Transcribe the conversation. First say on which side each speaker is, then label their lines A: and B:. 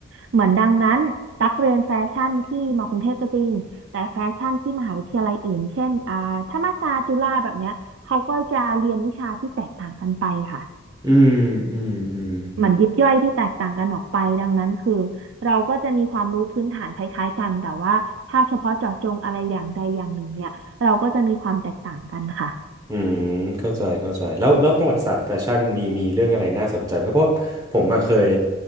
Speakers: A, on the right; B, on the right.
A: เหมือนดังนั้นตักเรียนแฟชั่นที่มากรุงเทพก็จริงแต่แฟชั่นที่มหาวิทยาลัยอื่นเช่นอ่าธรรมศาสตร์จุฬาแบบเนี้ยเขาก็จะเรียนวิชาที่แตกต่างกันไปค่ะ
B: อืมอืมอืม
A: เหมือนยิบย่อยที่แตกต่างกันออกไปดังนั้นคือเราก็จะมีความรู้พื้นฐานคล้ายๆกันแต่ว่าถ้าเฉพาะเจาะจงอะไรอย่างใดอย่างหนึ่งเนี่ยเราก็จะมีความแตกต่างกันค่ะ
B: อืมเข้าใจเข้าใจแล้วแล้วประวัติศาสตร์แฟชั่นมีมีเรื่องอะไรน่าสนใจไหมครับเพราะผมมาเคย